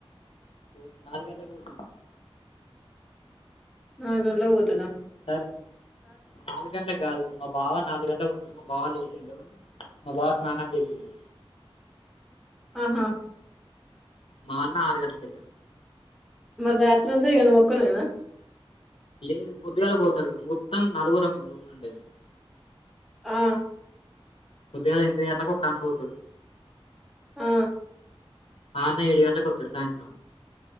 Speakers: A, on the left (about 70°); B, in the centre.
A: పోత నాలుగు గంటలకు పోతాడు
B: నాాలుగంలకు ఓతాడా
A: సరే నాలుగు గంటల కాదు మా బావ నాలుగు గంటలకు పోతడు మా బావా లే మా బావ స్నానంకి వెళ్ళిండు
B: ఆహా
A: మా అన్న ఆరు గంటలకు ఎళ్తాడు
B: మరి రాత్రంతా నువ్వు ఒక్కనివేనా
A: లేదు పొద్దుగాల పోతాడు మొత్తం నలుగురము మీ మేము రూమ్ ల నుండేది
B: ఆ
A: పొద్దుగాల్ల ఎనిమిది గళ్లకు ఒక అన్న పోతాడు
B: ఆ
A: ఆ అన్న ఏడు గంటలకి వతడు సాయంత్రం